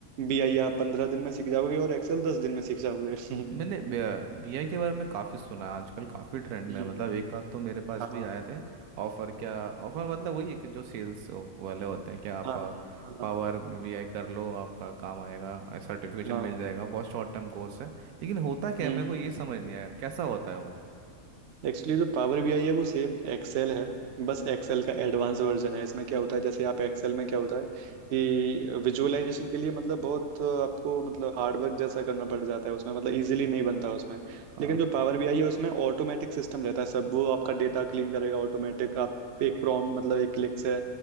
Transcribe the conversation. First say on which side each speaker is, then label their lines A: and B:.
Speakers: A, on the right; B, on the right.
A: बीआई आप पंद्रह दिन में सीख जाओगे और एक्सेल दस दिन में सीख जाओगे <laughs>
B: मैंने बीआई के बारे में काफ़ी सुना है आजकल काफ़ी ट्रेंड
A: हम्म
B: में है। मतलब एक आध तो मेरे पास
A: हाँ
B: भी आए थे ऑफ़र क्या ऑफ़र मतलब वही है कि जो सेल्स वाले होते हैं कि आप
A: हाँ हाँ
B: पावर बीआई कर लो आपका काम आएगा सर्टिफिकेशन
A: हाँ
B: मिल जाएगा बहुत शॉर्ट टर्म कोर्स है लेकिन होता क्या
A: हम्म
B: है मेरे को ये समझ नहीं आया कैसा होता है वो
A: एक्चुअली जो पावर बी आई है वो सेम एक्सेल है बस एक्सेल का एडवांस वर्जन है इसमें क्या होता है जैसे आप एक्सेल में क्या होता है कि विजुअलाइजेशन के लिए मतलब बहुत आपको मतलब हार्ड वर्क जैसा करना पड़ जाता है उसमें मतलब इजीली नहीं बनता उसमें
B: हाँ
A: लेकिन जो पावर बी आई है उसमें ऑटोमेटिक सिस्टम रहता है सब वो आपका डेटा क्लीन करेगा ऑटोमेटिक आप एक प्रॉम मतलब एक क्लिक से